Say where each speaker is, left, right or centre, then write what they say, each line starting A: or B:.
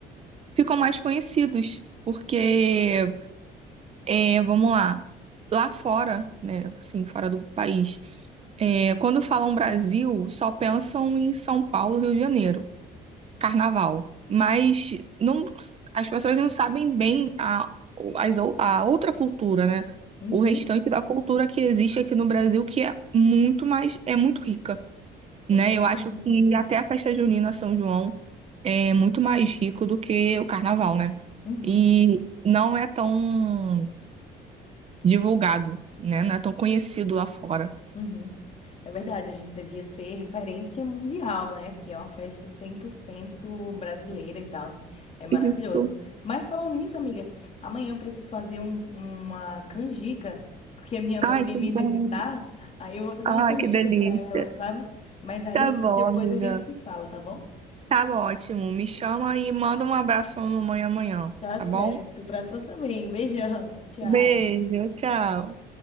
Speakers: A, on the right; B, on the left.
A: ficam mais conhecidos, porque É, vamos lá. Lá fora, né? Assim, fora do país, é, quando falam Brasil, só pensam em São Paulo, Rio de Janeiro, Carnaval. Mas não, as pessoas não sabem bem a, as ou- a outra cultura, né?
B: Uhum.
A: O restante da cultura que existe aqui no Brasil, que é muito mais, é muito rica, né?
B: Exatamente.
A: Eu acho que até a festa junina São João é muito mais rico do que o Carnaval, né?
B: Uhum.
A: E não é tão divulgado, né? Não é tão conhecido lá fora.
B: Uhum. É verdade, a gente devia ser referência mundial, né? Porque é uma festa 100% brasileira e tal. É maravilhoso.
A: Isso.
B: Mas falando nisso, amiga, amanhã eu preciso fazer um- uma canjica, porque a minha mãe
A: Ai,
B: vem
A: que
B: me visitar.
A: bom.
B: Aí eu vou fazer
A: Ai,
B: uma canjica
A: que delícia.
B: pra ela, sabe? Mas aí
A: Tá bom,
B: depois
A: amiga.
B: a gente se fala, tá bom?
A: Tá bom, ótimo. Me chama e manda um abraço pra mamãe amanhã,
B: Tá
A: tá
B: certo.
A: bom?
B: Pra sua também. Um Beijão. Tchau.
A: Beijo, tchau.